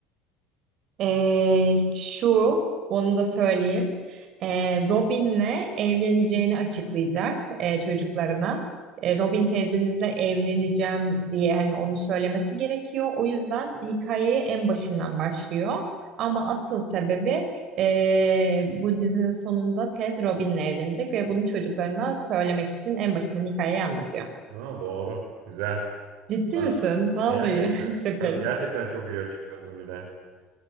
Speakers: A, on the right; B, on the right.
A: Ee, şu, onu da söyleyeyim. Ee, Robin'le evleneceğini açıklayacak e, çocuklarına. Ee, Robin teyzenizle evleneceğim diye hani onu söylemesi gerekiyor. O yüzden hikayeyi en başından başlıyor. Ama asıl sebebi e, bu dizinin sonunda Ted Robin'le evlenecek ve bunu çocuklarına söylemek için en başından hikayeyi anlatıyor.
B: Ha, doğru. Güzel.
A: Ciddi
B: Ha,
A: misin? Vallahi
B: gerçekten.
A: <laughs> süperim.
B: Çok gerçekten çok iyi açıkladın bir de.